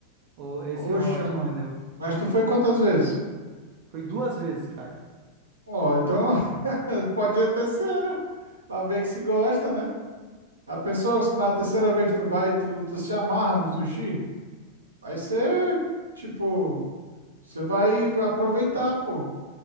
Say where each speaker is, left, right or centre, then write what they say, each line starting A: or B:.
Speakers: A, on the right; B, on the right.
A: ou esse
B: Poxa,
A: hot,
B: mano.
A: entendeu?
B: Mas tu foi quantas vezes?
A: Foi duas vezes, cara.
B: Ó, então <laughs> pode ir a terceira. Pra ver que se gosta, né? A pessoa, se na terceira vez tu vai, tu, tu se amarra no sushi. Vai ser, tipo, você vai aproveitar, pô.